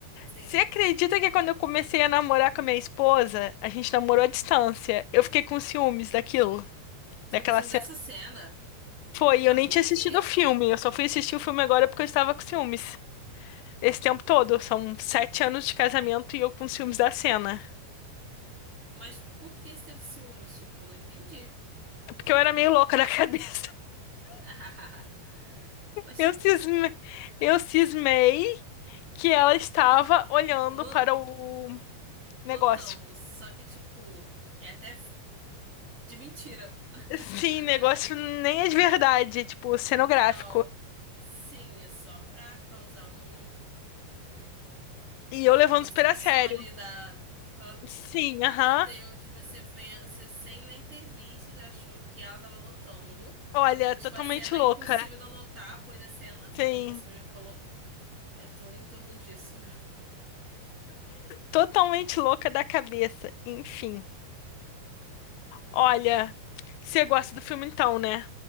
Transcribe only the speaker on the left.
Você acredita que quando eu comecei a namorar com a minha esposa, a gente namorou à distância? Eu fiquei com ciúmes daquilo, daquela
cena.
Foi, e
eu nem
tinha assistido
o filme, eu só fui assistir o filme agora porque eu estava com ciúmes. Esse tempo todo, são sete anos de casamento e eu com ciúmes da cena.
Porque eu era meio louca da <laughs> cabeça.
Eu
cisme... eu cismei que ela estava olhando
para o
negócio.
Sim, negócio nem é de verdade, tipo, cenográfico.
E eu levando
super
a sério.
Sim, aham.
Olha,
totalmente
louca.
Sim,
totalmente louca da cabeça. Enfim, olha, você gosta do filme então, né?